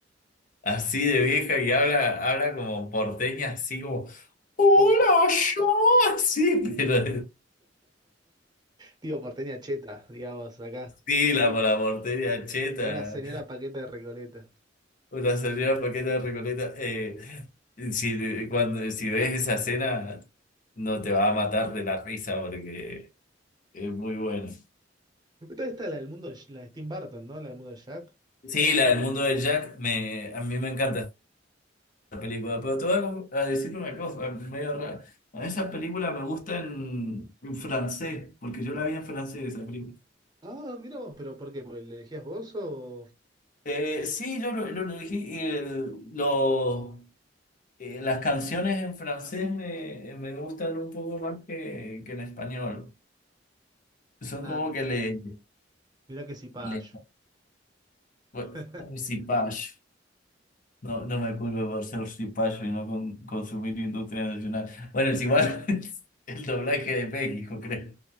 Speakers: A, on the left; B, on the right.
A: Así de vieja y habla, habla como porteña, así como, hola,
B: Como porte-
A: yo, así, <laughs> pero
B: Tipo <laughs> porteña cheta, digamos, acá.
A: sí, la, la porteña cheta,
B: Con una señora paqueta de Recoleta.
A: una señora paqueta de Recoleta. eh, si, cuando, si ves esa escena, no te va a matar de la risa porque es muy buena.
B: Después está la del mundo de, Sh- la de Tim Burton, ¿no? La del mundo de Jack.
A: Sí, la del mundo de Jack, me, a mí me encanta esa película, pero te voy a, com- a decir una cosa, medio rara. A esa película me gusta en, en francés, porque yo la vi en francés, esa película.
B: Ah, mira vos, pero ¿por qué? ¿Porque le elegías vos o...?
A: Eh, sí, yo lo, lo elegí. eh, lo- eh, las canciones en francés me, me gustan un poco más que, que en español. Son
B: Ah,
A: como que le...
B: mirá que si payo.
A: le bueno,
B: <laughs>
A: reciclaje. No, no me culpo por ser cipayo y no con- consumir industria nacional. Bueno, es igual <laughs> el doblaje de México, creo.